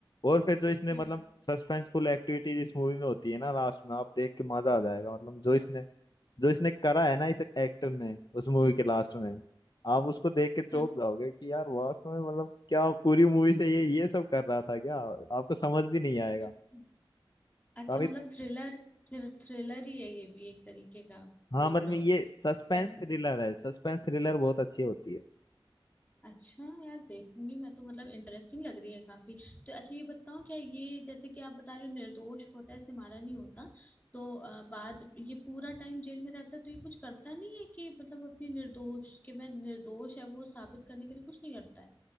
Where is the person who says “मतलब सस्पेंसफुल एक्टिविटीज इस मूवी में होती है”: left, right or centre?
Left